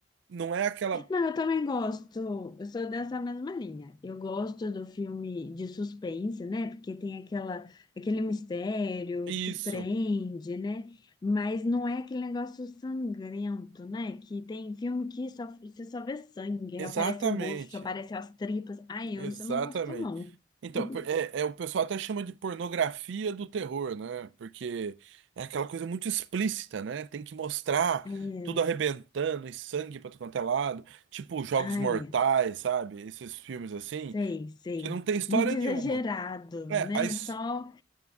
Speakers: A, on the right; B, on the left.
A: Não é aquela.
B: Não, eu também gosto. Eu sou dessa mesma linha. Eu gosto do filme de suspense, né? Porque tem aquela, aquele mistério,
A: Isso,
B: te prende, né? Mas não é aquele negócio sangrento, né? Que tem filme que só, você só vê sangue,
A: exatamente.
B: aí aparece o rosto, aparece as tripas. Ai,
A: Exatamente.
B: eu isso eu não gosto, não.
A: Então,
B: <laughs>
A: por- é, é, o pessoal até chama de pornografia do terror, né? Porque é aquela coisa muito explícita, né? Tem que mostrar
B: É,
A: tudo arrebentando e sangue pra tudo quanto é lado. Tipo Jogos
B: ai,
A: Mortais,
B: é.
A: sabe? Esses filmes assim,
B: sei, sei.
A: que não tem história
B: Muito exagerado,
A: nenhuma. É,
B: né?
A: a, his-
B: Só,